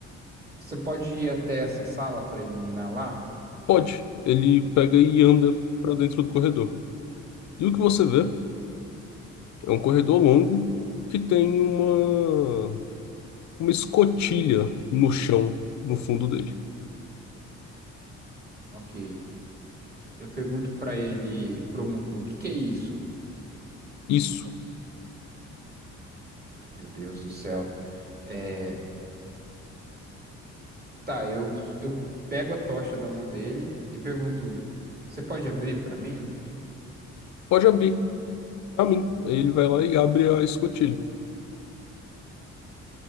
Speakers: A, on the right; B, on the left.
A: Você pode ir até essa sala pra iluminar lá?
B: Pode. Ele pega e anda para dentro do corredor. E o que você vê? É um corredor longo que tem uma, uma escotilha no chão, no fundo dele.
A: Ok. Eu pergunto pra ele, pro homúnculo: O que que é isso?
B: Isso.
A: Ai, meu Deus do céu. É. Tá, eu, eu pego a tocha da mão dele e pergunto: Você pode abrir pra mim?
B: Pode abrir. A mim. Aí ele vai lá e abre a escotilha.